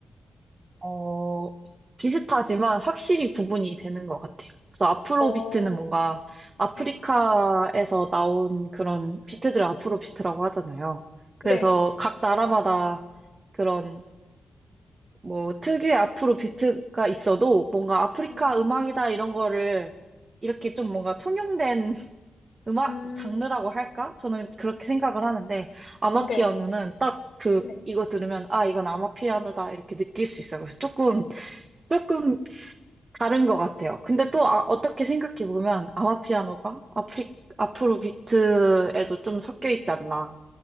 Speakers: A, on the right; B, on the left.
A: 어, 비슷하지만 확실히 구분이 되는 것 같아요. 그래서 아프로비트는
B: 오,
A: 뭔가 아프리카에서
B: 네.
A: 나온 그런 비트들 을 아프로비트라고 하잖아요. 그래서
B: 네.
A: 각 나라마다 그런 뭐 특유의 아프로비트가 있어도 뭔가 아프리카
B: 음,
A: 음악이다 이런 거를 이렇게 좀 뭔가 통용된 <laughs> 음악
B: 음,
A: 장르라고 할까? 저는 그렇게 생각을 하는데 아마피아노는
B: 네.
A: 딱 그
B: 네.
A: 이거 들으면 아 이건 아마피아노다 이렇게 느낄 수 있어요. 그래서 조금 조금 다른 것 같아요. 근데 또 아, 어떻게 생각해 보면 아마피아노가 아프리, 앞으로 비트에도 좀 섞여 있지 않나